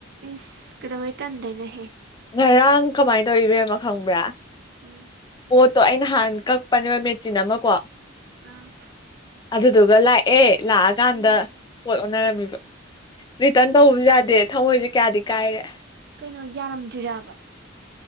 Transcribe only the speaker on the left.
ꯉꯔꯥꯡ ꯀꯃꯥꯏꯅ ꯇꯧꯋꯤ ꯏꯕ‌ꯦꯝꯃ ꯈꯪꯕ꯭ꯔꯥ
ꯄꯣꯠꯇꯣ ꯑꯩꯅ ꯍꯥꯟꯅ ꯀꯛꯄꯅꯦꯕ ꯃꯦꯆꯤꯟ ꯑꯃ ꯀꯣ
ꯑꯗꯨꯗꯨꯒ ꯂꯥꯛꯑꯦ ꯂꯥꯛꯑꯀꯥꯟꯗ
ꯄꯣꯠ ꯑꯣꯟꯅꯔꯝꯃꯤꯕ ꯔꯤꯇꯔꯟ ꯇꯧꯕꯁꯨ
ꯌꯥꯗꯦ ꯊꯃꯣꯏꯁꯦ ꯀꯌꯥꯗꯤ ꯀꯥꯏꯔꯦ